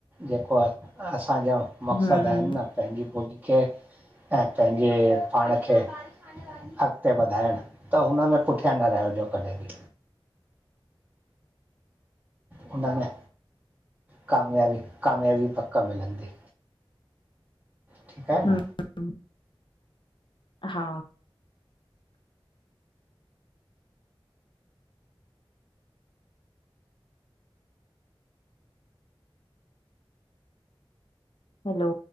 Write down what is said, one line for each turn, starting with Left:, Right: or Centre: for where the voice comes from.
Right: जेको आहे असांजा मक़सद
Left: हम्म
Right: आहिनि न पंहिंजी ॿोलीअ खे ऐं पंहिंजे पाण खे अॻिते वधाइण त हुनमें पुठियां न रहिजो कॾहिं बि। हुन में कामयाबी कामयाबी पक मिलंदी। ठीकु आहे
Left: हम्म,
Right: न
Left: हा। हैलो,